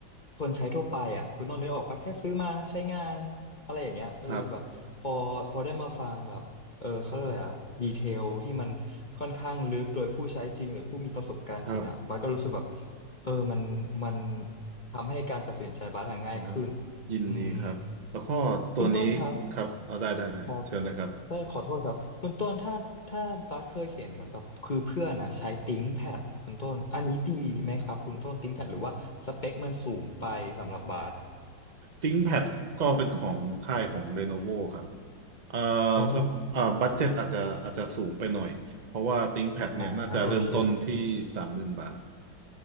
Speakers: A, on the left; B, on the right.
A: คนใช้ทั่วไปอะคุณต้นนึกออกปะแค่ซื้อมาใช้งานอะไรอย่างเงี้ยเออแบบพอพอได้มาฟังแบบเออเขาเรียกอะไรอะดีเทลที่มันค่อนข้างลึกโดยผู้ใช้จริงหรือผู้มีประสบการณ์จริงอะบัสก็รู้สึกแบบ
B: ครับครับ
A: เออมันมันทำให้การตัดสินใจบัสอะง่ายขึ้น
B: อ๋อยินดีครับแล้วก็ตัวนี้ครับเอาได้ได้ได้เชิญเลยครับ
A: อืมคุณต้นครับ ครับเออขอโทษครับคุณต้นถ้าถ้าบัสเคยเห็นเหมือนแบบคือเพื่อนอ่ะใช้ติ้งแพดคุณต้นอันนี้ดีไหมครับคุณต้นติ้งแพดหรือว่าสเปคมันสูงไปสำหรับบัส
B: ThinkPad ก็เป็นของค่ายของ Lenovo ครับเอ่อ
A: อ๋อ
B: สักเอ่อบัดเจ็ตอาจจะอาจจะสูงไปหน่อยเพราะว่า ThinkPad เนี่ยน่าจะเริ่มต้นที่สามหมื่นบาท
A: อ่าโอเค